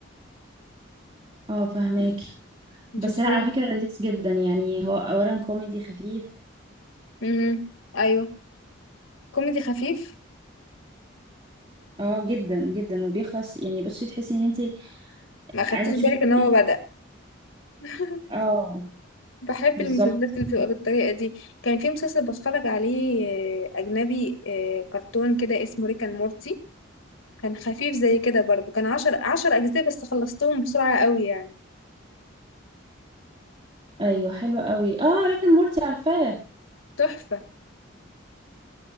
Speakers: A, on the right; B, on the left.
A: اه فهماكي
B: ما
A: بس
B: شفتوش
A: لا على فكرة لذيذ جدا يعني هو اولا كوميدي خفيف
B: امم ايوه كوميدي خفيف
A: اه جدا جدا وبيخلص يعني بصي تحسي ان انت
B: ما خدتش
A: عايزة تشوفي
B: بالك ان هو بدأ <laughs>
A: اه
B: بحب
A: بالظبط
B: المسلسلات اللي بتبقى بالطريقة دي كان في مسلسل بتفرج عليه آه، أجنبي آه، كرتون كده اسمه ريكان مورتي كان خفيف زي كده برضه كان عشر عشر أجزاء بس خلصتهم بسرعة قوي يعني
A: ايوه حلو قوي اه ريك اند مورتي عارفاه
B: تحفة